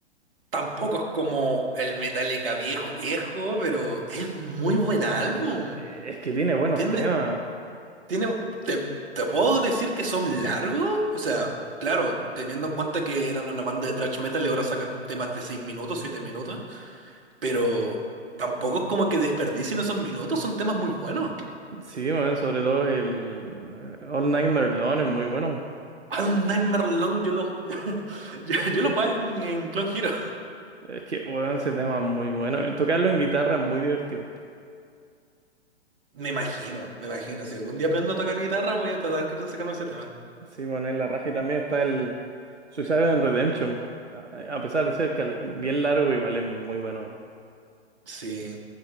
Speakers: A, on the right; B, on the right.
A: Tampoco es como el Metallica viejo, viejo, pero es muy buen álbum.
B: Eh, Es que tiene buenos
A: Tiene,
B: temas.
A: tiene, te, te puedo decir que son largos. O sea, claro, teniendo en cuenta que eran una banda de thrash metal y ahora sacan temas de 6 minutos, 7 minutos. Pero tampoco es como que desperdicien esos minutos, son temas muy buenos.
B: Sí, weón, sobre todo el eh, All Night Merlon es muy bueno.
A: Hay un Nightmare Long, yo lo, <laughs> yo, yo- yo lo juego en, en Clone Hero.
B: Es que, weón, ese tema es muy bueno. Eh, Tocarlo en guitarra es muy divertido.
A: Me imagino, me imagino. Si algún día aprendo a tocar guitarra, voy a tratar de sacarme ese tema.
B: Sí, bueno, en la raja y también está el Suicide and Redemption. A a pesar de ser cal- bien largo, igual es muy bueno.
A: Sí.